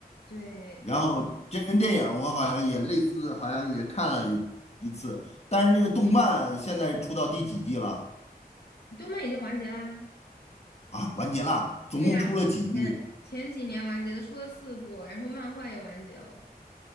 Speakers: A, on the left; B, on the left.
A: 对，
B: 然后真人电影儿我好像也类似，
A: 嗯
B: 好像也看了一一次。但是那个动漫现在出到第几季了？
A: 动漫已经完结啦。
B: 啊，完结了，总共出了几季？
A: 对呀，前前几年完结的，出了四部，然后漫画也完结了。